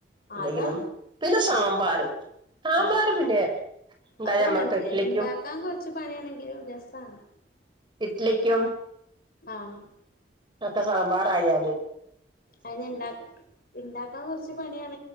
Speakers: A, on the left; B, on the right.
A: അതാണ്
B: ടങ്കിലും പിന്നെ സാമ്പാർ.
A: ഉം
B: സാമ്പാർ
A: ആഹ്
B: പിന്നെ. ഉണ്ടായ
A: അതും
B: നമ്മക്ക്
A: അങ്ങനത്തന്നെ
B: ഇഡ്ലിക്കും
A: ഉണ്ടാക്കാൻ കൊറച്ച് പണിയാണെങ്കിലും രസാണ്.
B: ഇട്ട്ലിക്കും.
A: ആഹ്
B: ഒക്കെ സാമ്പാർ ആയാല്
A: അതിനെ ഇണ്ടാക്ൻ ഇണ്ടാക്കാൻ കുറച്ച് പണിയാണ